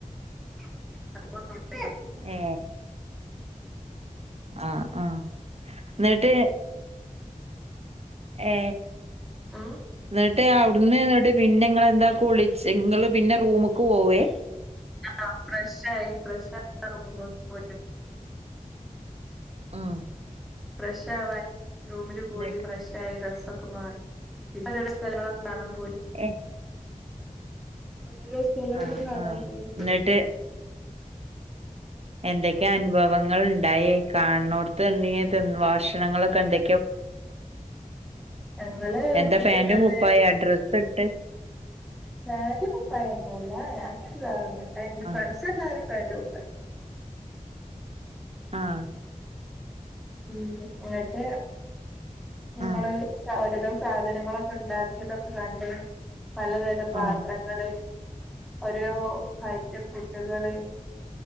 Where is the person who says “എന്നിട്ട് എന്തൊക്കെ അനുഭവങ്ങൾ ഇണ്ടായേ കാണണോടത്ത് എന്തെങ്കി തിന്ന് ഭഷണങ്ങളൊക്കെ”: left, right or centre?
Right